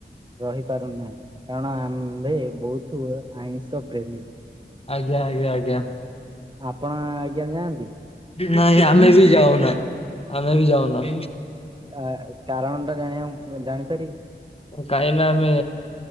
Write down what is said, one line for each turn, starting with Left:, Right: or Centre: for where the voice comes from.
Right: ରହି ପାରୁନାହିଁ କାରଣ ଆମ୍ଭେ ବହୁତ ଆଇଁଷ ପ୍ରେମୀ
Left: ଆଜ୍ଞା ଆଜ୍ଞା ଆଜ୍ଞା
Right: ଆପଣ ଆଜ୍ଞା ଯାଆନ୍ତି
Left: ନାଇଁ ଆମେ ବି ଯାଉନା ଆମେ ବି ଯାଉନା
Right: ଆ କାରଣ ଟା ଜାଣିବା ଜାଣିପାରିବି
Left: କାହିଁ ନା ଆମେ